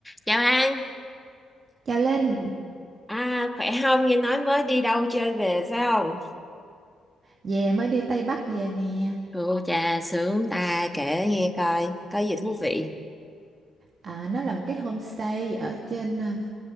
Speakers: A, in the centre; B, on the right.
A: Chào An.
B: Chào Linh,
A: À, khỏe không? Nghe nói mới đi đâu chơi về phải không?
B: về mới đi Tây Bắc về nè.
A: Ô chà sướng. ta kể nghe coi, có gì thú vị?
B: À, nó là một cái homestay ở trên um,